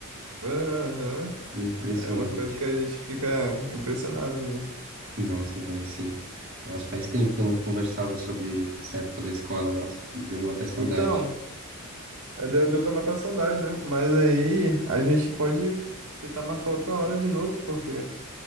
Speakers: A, on the right; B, on the right.
A: Aham,
B: Impressionante.
A: É uma coisa que a gente fica impressionado mesmo.
B: Nossa, velho, sim. Nossa, faz tempo que eu não conversava sobre essa época da escola. Nossa, me deu até saudade.
A: Então, é, deu, deu pra matar a saudade, né? Mas aí a gente pode tentar marcar outra hora de novo, porque